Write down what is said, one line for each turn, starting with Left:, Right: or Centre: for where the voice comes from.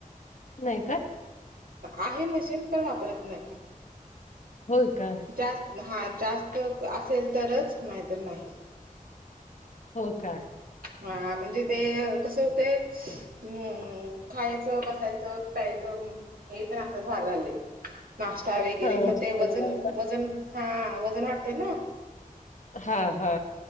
Left: नाही का?
Right: आहे मशीन पण वापरत नाही.
Left: होय का.
Right: जास्त हां जास्त असेल तरच नाहीतर नाही.
Left: हो का.
Right: हा म्हणजे ते कसं होतंय हम्म खायचं बसायचं पायचं हे तर असच भाग झाले. नाश्ता वगैरे
Left: हा
Right: मग ते वजन वजन हा वजन वाटतय ना.
Left: हा हा